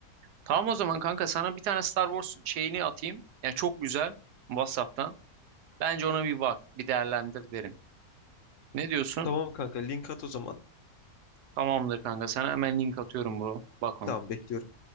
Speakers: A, on the right; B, on the left.
A: Tamam o zaman kanka sana bir tane Star Wars şeyini atayım. Yani çok güzel WhatsApp'tan. Bence ona bir bak, bir değerlendir derim. Ne diyorsun?
B: Tamam kanka link at o zaman.
A: Tamamdır kanka. Sana hemen link atıyorum bro. Bak ona.
B: Tamam bekliyorum.